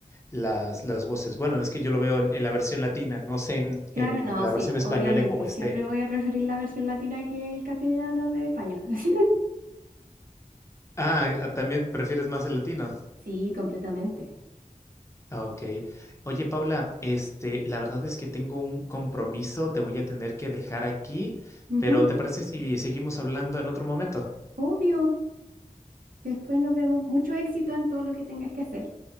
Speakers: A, on the left (about 20°); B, on the right (about 90°).
A: las, las voces. Bueno, es que yo lo veo en, en la versión latina, no sé en,
B: Claro,
A: en
B: no,
A: la
B: sí,
A: versión española
B: obviamente.
A: como esté.
B: Siempre voy a preferir la versión latina que el castellano de España. <laughs>
A: Ah, ah, también prefieres más el latino.
B: Sí, completamente.
A: Ah, Ok. Oye, Paula, este, la verdad es que tengo un compromiso, te voy a tener que dejar aquí,
B: Ujú,
A: pero ¿te parece si seguimos hablando en otro momento?
B: Obvio. Después nos vemos. Mucho éxito en todo lo que tengas que hacer.